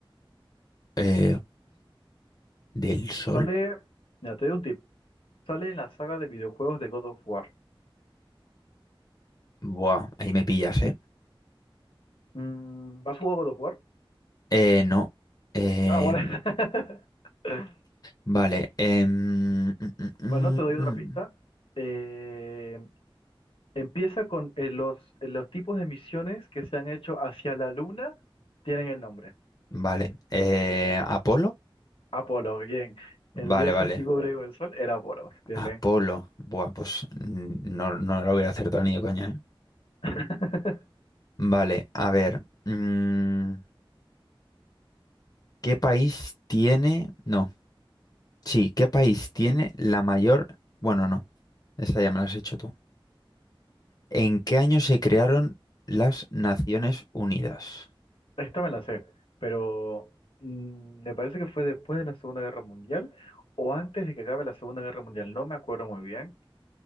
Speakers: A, on the left; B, on the left.
A: Eh, del sol.
B: Sale, mira, te doy un tip. Sale en la saga de videojuegos de God of War.
A: Buah, ahí me pillas, ¿eh?
B: Mm, ¿has jugado God of War?
A: Eh, no. Eh,
B: Ah, bueno. <laughs>
A: vale. em, mm, mm, mm.
B: Bueno, te doy otra
A: mm.
B: pista. Eh, Empieza con eh, los, eh, los tipos de misiones que se han hecho hacia la luna, tienen el nombre.
A: vale. Eh, ¿Apolo?
B: Apolo, bien. El
A: Vale,
B: dios
A: vale.
B: antiguo griego del sol era Apolo. Bien,
A: Apolo.
B: bien.
A: Buah, pues mm, no, no lo voy a acertar ni de coña, ¿eh?
B: <laughs>
A: Vale, a ver. mm, ¿qué país tiene... No, sí, ¿qué país tiene la mayor... Bueno, no, esta ya me la has hecho tú. ¿En qué año se crearon las Naciones Unidas?
B: Esta me la sé, pero mm, me parece que fue después de la Segunda Guerra Mundial o antes de que acabe la Segunda Guerra Mundial. No me acuerdo muy bien.